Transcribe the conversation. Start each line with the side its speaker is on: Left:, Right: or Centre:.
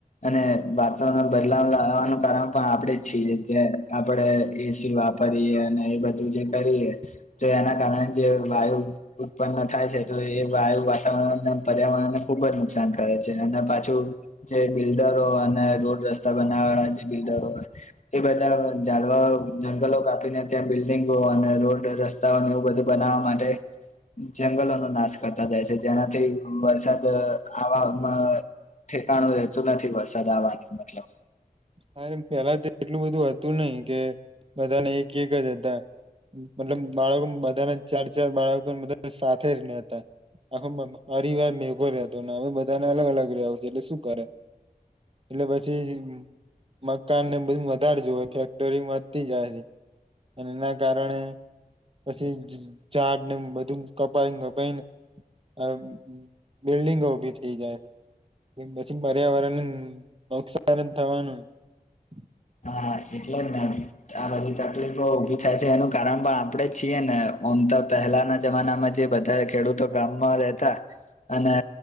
Left: અને વાતાવરણ બદલાવ લવાનું કારણ પણ આપણેે જ છીએ જે આપણેે એસી વાપરીએ એ બધું જે કરીએ તો એના કારણે જે વાયુ ઉત્પન્ન થાય છે તો એ વાયુ વાતાવરણને પર્યાવરણને ખુબ જ નુકસાન કરે છે અને પાછું જે બિલ્ડરો અને રોડ રસ્તા બનાવવા વાળા જે બિલ્ડરો એ બધા જાડવા જંગલો કાપીને ત્યાં બિલ્ડિંગો અને રોડ રસ્તાઓને એવું બધું બનાવવા માટે જંગલોનો નાશ કરતા જાય છે જેનાથી વરસાદ આવાવામાં ઠેકાણું રહેતું નથી વરસાદ આવાનું મતલબ
Right: હામ એટલું બધું હતું નહીિ કે બધાને એક એક જ હતા મતલબ બાળકો બધાના ચાર ચાર બાળકો બધા સાથે જહતા આખો પરિવાર મેઘો રહેતો હવે બધાને અલગ અલગ રવ છ એટલે શું કરે એટલે પછી મકાનને બધું વધારે જો ફેક્ટરી વધતી જાય છે અને એના કારણે પછી ઝાડને બધું કપાઈને કપાઈને આ બિલ્ડીંગો ઉભી થઈ જાય છે પછી પર્યાવરણને નુકસાન તવાનું <inaudible>
Left: હા એટલે જ ને આ બધી તકલીફો ઉઊભી થાય છે એનું કારણ પણ આપડે જ છીએ ને આમ તો પહેલાના જમાનામાં જે બધા ખેડૂતો ગામમાં રહેતા અને